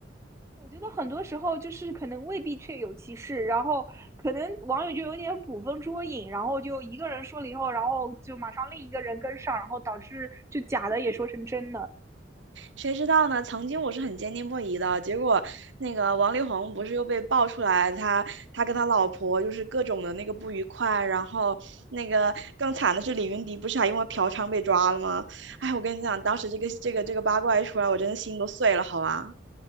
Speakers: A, on the right; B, on the right.
A: 我觉得很多时候就是可能未必确有其事，然后可能网友就有点捕风捉影，然后就一个人说了以后，然后就马上另一个人跟上，然后导致就假的也说成真的。
B: 谁知道呢？曾经我是很坚定不移的，结果那个王力宏不是又被爆出来，他他跟他老婆就是各种的那个不愉快，然后那个更惨的是李云迪不是还因为嫖娼被抓了吗？哎，我跟你讲，当时这个这个这个八卦一出来，我真的心都碎了，好吧。